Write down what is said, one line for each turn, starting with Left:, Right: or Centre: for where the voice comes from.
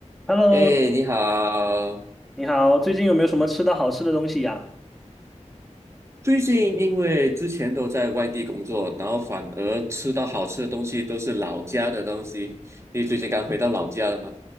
Centre: Hello，
Right: 哎，你好！
Centre: 你好，最近有没有什么吃的好吃的东西呀？
Right: 最近因为之前都在外地工作，然后反而吃到好吃的东西都是老家的东西。你最近刚回到老家了吗？